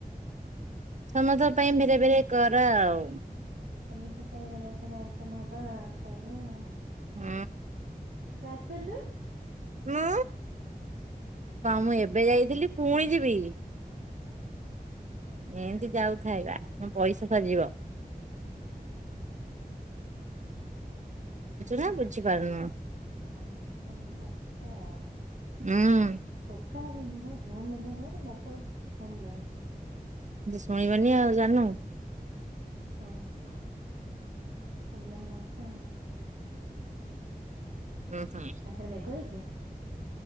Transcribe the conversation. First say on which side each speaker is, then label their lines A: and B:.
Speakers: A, on the right; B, on the right.
A: ସମସ୍ତଙ୍କ ପାଇଁ ବେରେ ବେରେ କର ଆଉ।
B: ସମତେ ପାଇ ବେରେ ବେରେ ଆଇଟମ ହବ ଖାଇବେ ଆଉ।
A: ହୁଁ।
B: ଟୁ ଆସୁନୁ?
A: ହୁଁ କାମ ଏବେ ଏବେ ଯାଇଥିଲି ପୁଣି ଯିବି।
B: <inaudible>
A: ଏମିତି ଯାଉଥାଏ ବା ମୋ ପଇସା ସରିଜିବ।
B: <inaudible>
A: ନା ବୁଝିପାରୁନୁ।
B: <inaudible>
A: ଉଁ।
B: <unintelligible>
A: ଶୁଣିବନି ଆଉ ଜାନୁ।
B: ହଁ <unintelligible>
A: ଉଁ ହୁଁ।
B: ଆଉ ସେଆଡେ ମେଘ ହେଇଛି?